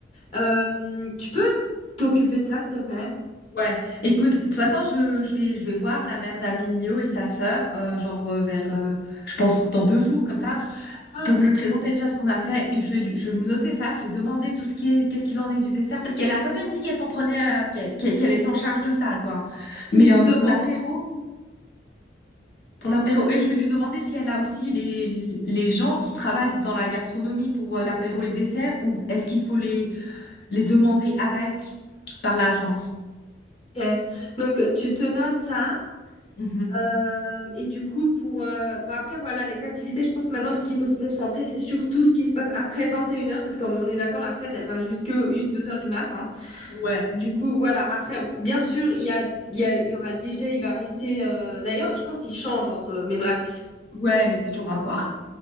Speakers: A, on the left; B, on the left.
A: Euh, tu peux t'occuper de ça, s'il te plaît?
B: Ouais, écoute, de toute façon, je, je vais, je vais voir la mère d'Amilio et sa sœur, euh, genre euh, vers, euh, je pense, dans deux jours, comme ça.
A: Ah,
B: pour lui présenter déjà ce qu'on a fait. Puis je vais lui, je vais me noter ça, je vais demander tout ce qui est, qu'est-ce qu'il en est du dessert, parce qu'elle a quand même dit qu'elle s'en prenait, euh, qu'elle, qu'elle- qu'elle était en charge de ça, quoi.
A: <laughs> justement.
B: Mais euh, pour l'apéro, pour l'apéro, et je vais lui demander si elle a aussi les, les gens qui travaillent dans la gastronomie pour euh, l'apéro et le dessert, ou est-ce qu'il faut les, les demander avec par l'agence?
A: Ok. Donc tu te notes ça.
B: Mhm.
A: euh, et du coup, pour euh, bah après voilà les activités, je pense que maintenant ce qu'il faut se concentrer, c'est surtout ce qui se passe après vingt et une heures, parce qu'on est d'accord, la fête, elle va jusque une deux heures du matin.
B: Ouais,
A: Du coup, voilà. Après, bien sûr, il y a, il y a, il y aura le DJ, il va rester. euh, D'ailleurs, je pense qu'il change entre eux, mais bref.
B: ouais, mais c'est toujours un quoi.